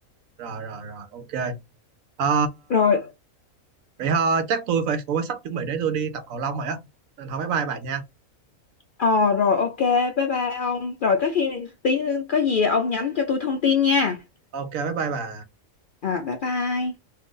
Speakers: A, on the right; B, on the left.
A: rồi rồi rồi ok ờ
B: rồi
A: vậy thôi chắc tôi phải cũng phải sắp chuẩn bị để tôi đi tập cầu lông rồi á nên thôi bye bye bà nha
B: ờ rồi ok bye bye ông rồi có khi tí có gì ông nhắn cho tôi thông tin nha
A: ok bye bye bà
B: À, bye bye.